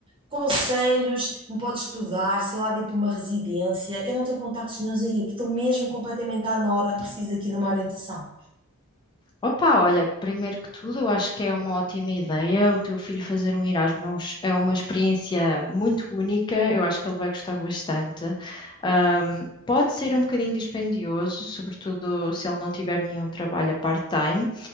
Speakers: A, on the right; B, on the left.
A: conselhos me podes estudar, sei lá, de ir para uma residência. Eu não tenho contactos nenhuns aí, porque estou mesmo completamente à nora, preciso aqui de uma orientação.
B: Opa, olha, primeiro que tudo, eu acho que é uma ótima ideia o teu filho fazer um Erasmus. É uma experiência muito única, eu acho que ele vai gostar bastante. Ahm, pode ser um bocadinho dispendioso, sobretudo se ele não tiver nenhum trabalho a part-time,